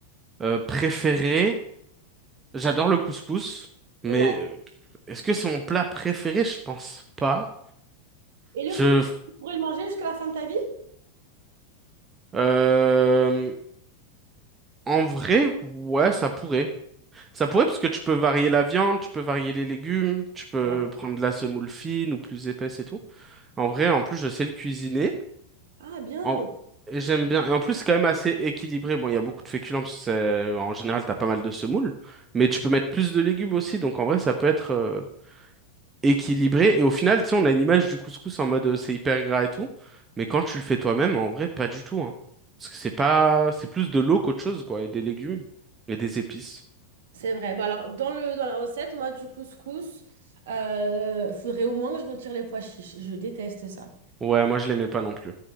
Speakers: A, on the right (about 20°); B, on the right (about 55°).
A: euh, préféré. J'adore le couscous, mais
B: Ouais.
A: euh, est-ce que c'est mon plat préféré? Je pense pas.
B: Et
A: Je,
B: le coup, tu pourrais le manger jusqu'à la fin de ta vie?
A: euh, en vrai, ouais, ça pourrait. Ça pourrait parce que tu peux varier la viande, tu peux varier les légumes, tu peux
B: Ouais.
A: prendre de la semoule fine ou plus épaisse et tout. En vrai, en plus, je sais le cuisiner.
B: Ah bien.
A: En- et J'aime bien. Et en plus, c'est quand même assez équilibré. Bon, il y a beaucoup de féculents parce que c'est- en général, t'as pas mal de semoule. Mais tu peux mettre plus de légumes aussi. Donc, en vrai, ça peut être euh, équilibré. Et au final, tu sais, on a une image du couscous en mode euh, c'est hyper gras et tout. Mais quand tu le fais toi-même, en vrai, pas du tout. hein. Parce que c'est pas, c'est plus de l'eau qu'autre chose, quoi. Et des légumes et des épices.
B: C'est vrai. Bah alors, dans le, dans la recette, moi, du couscous, euh, faudrait au moins que je retire les pois chiches. Je déteste ça.
A: Ouais, moi, je l'aimais pas non plus.